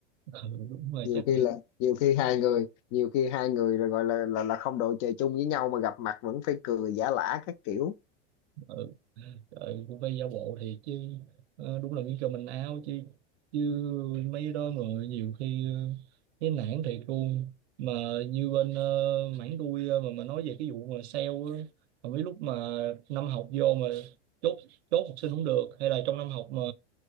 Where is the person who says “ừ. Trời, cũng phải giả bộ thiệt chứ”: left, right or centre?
Right